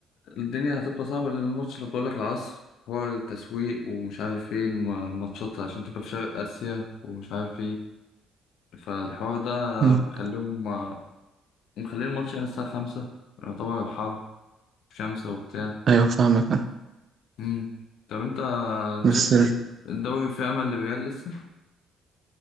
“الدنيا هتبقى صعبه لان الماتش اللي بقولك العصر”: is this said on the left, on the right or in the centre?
Left